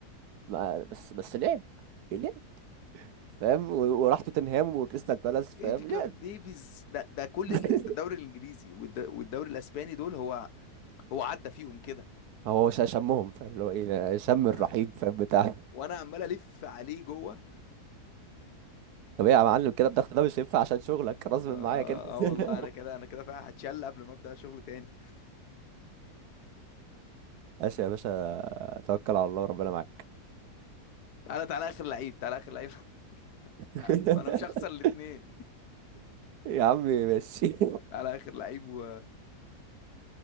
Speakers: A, on the right; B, on the left.
A: ما- بس بس لعب لعب فاهم و- وراح توتنهام وكريستال بالاس فاهم
B: ادجار
A: لعب
B: ديفيز ده ده كل
A: <laughs>
B: ال- ده الدوري الانجليزي والد- والدوري الاسباني دول هو هو عدى فيهم كده
A: هو شا- شمهم فاهم اللي هو ايه شم
B: <laughs>
A: الرحيق فاهم بتاع
B: وانا عمال الف عليه جوه
A: طب ايه يا معلم كده الضغط ده مش هينفع عشان شغلك غصب
B: اه,
A: معايا كده
B: آه
A: <laughs>
B: والله انا كده انا كده فعلا هتشل قبل ما ابدا شغل تاني
A: ماشي يا باشا توكل على الله وربنا معاك
B: تعالى تعالى اخر لعيب تعالى اخر لعيب <laughs>
A: <laughs>
B: انا أنا مش هخسر الاتنين
A: يا عمي ماشي
B: على اخر لعيب و